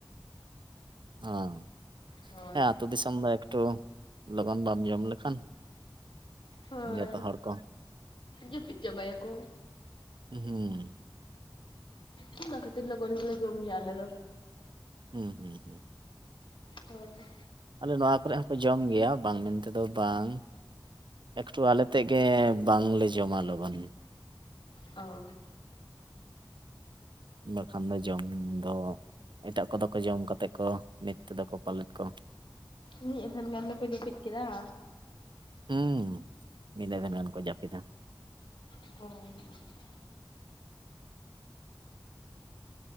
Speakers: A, on the right; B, on the left.
A: ᱦᱸ
B: ᱦᱳᱭ
A: ᱦᱮᱸ ᱟᱹᱛᱩ ᱫᱤᱥᱚᱢ ᱫᱚ ᱮᱠᱴᱩ ᱞᱚᱜᱚᱱ ᱵᱟᱢ ᱡᱚᱢ ᱞᱮᱠᱷᱟᱱ
B: ᱦᱳᱭ,
A: ᱡᱚᱛᱚ ᱦᱚᱲ ᱠᱚ
B: ᱡᱟᱯᱤᱫ ᱪᱟᱵᱟᱭᱟᱠᱚ ᱾
A: ᱦᱩᱸ
B: ᱚᱱᱟ ᱚᱱᱟ ᱠᱷᱟᱹᱛᱤᱨ ᱞᱚᱜᱚᱱ ᱜᱮᱞᱮ ᱡᱚᱢ ᱜᱮᱭᱟ ᱟᱞᱮ ᱫᱚ
A: ᱦᱩᱸᱻ ᱦᱩᱸᱻ
B: ᱦᱚᱭ
A: ᱟᱞᱮ ᱱᱚᱣᱟ ᱠᱚᱨᱮ ᱦᱚᱸᱠᱚᱮ ᱡᱚᱢ ᱜᱮᱭᱟ, ᱵᱟᱝ ᱢᱮᱱᱛᱮᱫᱚ ᱵᱟᱝ ᱾ ᱮᱠᱴᱩ ᱟᱞᱮ ᱛᱮᱫ ᱜᱮ ᱵᱟᱝᱞᱮ ᱡᱚᱢᱟᱞᱚᱵᱚᱱ
B: ᱚ
A: ᱵᱟᱠᱷᱟᱱ ᱫᱚ ᱡᱚᱢ ᱫᱚ ᱮᱴᱟᱜ ᱠᱚᱫᱚ ᱠᱚ ᱡᱚᱢ ᱠᱟᱛᱮᱫ ᱠᱚ ᱱᱤᱛ ᱛᱮᱫᱚ ᱠᱚ ᱯᱟᱞᱮᱫ ᱠᱚ ᱾
B: ᱢᱤᱫ ᱮᱵᱷᱮᱱ ᱜᱟᱱ ᱫᱚᱠᱚ ᱡᱟᱹᱯᱤᱫ ᱠᱮᱫᱟ ᱾
A: ᱦᱩᱸ ᱢᱤᱫᱤᱫᱟᱹ ᱫᱷᱤᱱ ᱜᱟᱱ ᱠᱚ ᱡᱟᱹᱯᱤᱫᱟ ᱾
B: ᱦᱩᱸ